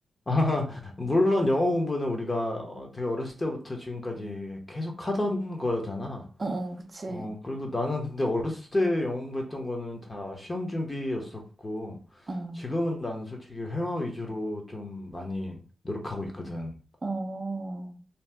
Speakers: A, on the left (about 30°); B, on the right (about 30°).
A: 아, <laughs> 물론 영어 공부는 우리가 어, 되게 어렸을 때부터 지금까지 계속 하던 거잖아.
B: 어, 어, 그치.
A: 어, 그리고 나는 근데 어렸을 때 영어 공부했던 거는 다 시험 준비였었고,
B: 어,
A: 지금은 난 솔직히 회화 위주로 좀 많이 노력하고 있거든.
B: 어,